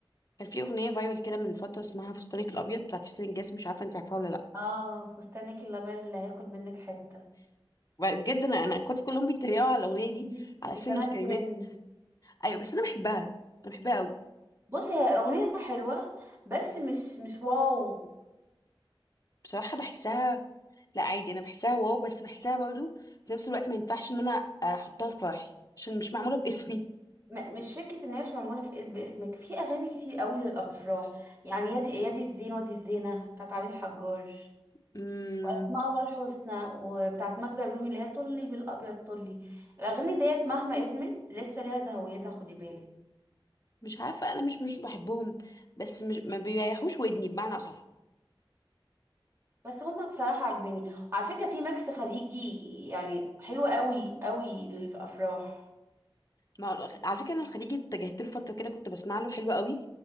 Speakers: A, on the left; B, on the right.
A: كان في اغنيه فايرال كده من فتره اسمها فستانك الابيض بتاعت حسين الجسمي مش عارفه انت عارفاها ولا لا
B: اه فستانك الابيض اللي هياكل منك حته
A: بجد انا انا اخواتي كلهم بيتريقوا على الاغنيه دي
B: دي
A: على
B: دي
A: سن
B: كانت
A: الكلمات
B: ترند
A: ايوه بس انا بحبها انا بحبها قوي
B: بصي هي اغنيه حلوه بس مش مش واو
A: بصراحه بحسها لا عادي انا بحسها واو بس بحسها برضو في نفس الوقت ما ينفعش ان انا احطها في فرحي عشان مش معموله باسمي
B: م- مش فكره ان هي مش معموله في إيه، باسمك في اغاني كتير قوي للافراح يعني يادي يادي الزين وادي الزينه بتاعت علي الحجار
A: امم
B: واسماء الله الحسنى وبتاعت ماجدة الرومي اللي هي طلي بالابيض طلي الاغاني ديت مهما قدمت لسه ليها زهويتها خدي بالك
A: مش عارفه انا مش مش بحبهم بس مش ما بيريحوش ودني بمعنى اصح
B: بس هما بصراحة عاجبني وعلى فكرة في ميكس خليجي يعني حلو قوي قوي للأفراح
A: ما على فكره انا الخليجي اتجهت له فتره كده كنت بسمع له حلو قوي